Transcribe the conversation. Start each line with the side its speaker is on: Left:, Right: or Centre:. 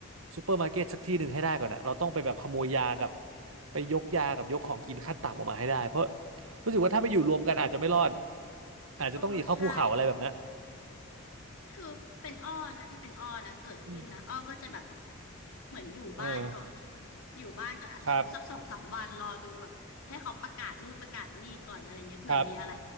Right: ซูเปอร์มาร์เก็ตสักที่หนึ่งให้ได้ก่อนนะเราต้องไปแบบขโมยยากับไปยกยากับยกของกินขั้นต่ำออกมาให้ได้ เพราะรู้สึกว่าถ้าไปอยู่รวมกันอาจจะไม่รอด อาจจะต้องหนีเข้าภูเขาอะไรแบบนั้น
Left: เออใช่ คือเป็นอ้อนะถ้าเป็นอ้อนะเกิดขึ้นนะอ้อก็จะแบบ
Right: อืม
Left: เหมือนอยู่บ้านก่อนอะ
Right: เออ
Left: อยู่บ้านก่อนอาจจะสักสองสามวันรอดูแบบให้เขาประกาศนู่นประกาศนี่ก่อนอะไรเงี้ยเผื่อมีอะไร
Right: ครับครับ